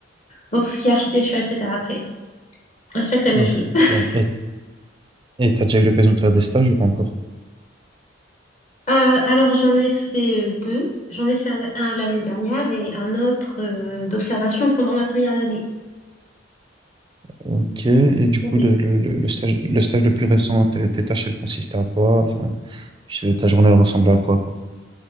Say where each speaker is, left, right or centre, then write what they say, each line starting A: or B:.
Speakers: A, on the left (about 35°); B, on the right (about 25°).
A: dans tout ce qui est architecture, etc. Après, j'espère que c'est la
B: ok.
A: même chose. <laughs>
B: Et, et t'as déjà eu l'occasion de faire des stages ou pas encore?
A: Euh, alors, j'en ai fait euh, deux. J'en ai fait un, un l'année dernière et un autre euh, d'observation pendant ma première année.
B: Ok, et du coup,
A: Oui.
B: le, le, le, le stage, le stage le plus récent, tes, tes tâches, elles consistaient à quoi? Enfin, je- ta journée, elle ressemblait à quoi, quoi?